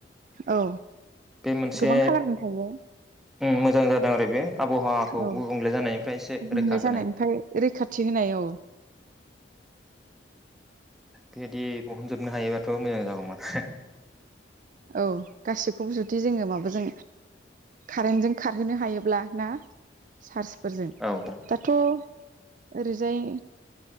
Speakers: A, on the right; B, in the centre.
A: औ
B: बे मोनसे
A: गोबां खालारनि थायो
B: ओम मोजां जादों आरो बे आबहावाखौ
A: औ
B: गुबुंले जानायनिफ्राय एसे
A: गुबुंले
B: रैखा
A: जानायनिफ्राय
B: होनाय।
A: रैखाथि होनाय औ
B: बेबायदि बहनजोबनो हायोबाथ' मोजां जागौमोन।
A: औ गासिखौबो जुदि जोङो माबाजों कारेन्टजों खारहोनो हायोब्ला ना? चार्सफोरजों
B: औ औ
A: दाथ' ओरैजाय